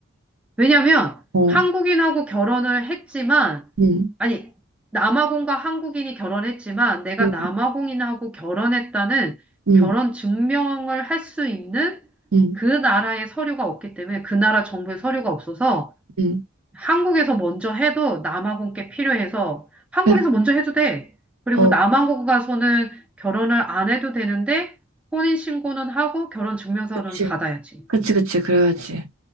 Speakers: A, in the centre; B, on the right.
A: 왜냐면
B: 어,
A: 한국인하고 결혼을 했지만,
B: 응,
A: 아니, 남아공과 한국인이 결혼했지만, 내가
B: 응,
A: 남아공인하고 결혼했다는
B: 응,
A: 결혼 증명을 할 수 있는
B: 응,
A: 그 나라의 서류가 없기 때문에, 그 나라 정부의 서류가 없어서,
B: 응,
A: 한국에서 먼저 해도 남아공 께 필요해서, 한국에서
B: 그,
A: 먼저 해도 돼. 그리고
B: 어,
A: 남아공 가서는 결혼을 안 해도 되는데, 혼인신고는 하고 결혼 증명서는
B: 그치,
A: 받아야지.
B: 그치, 그치, 그래야지.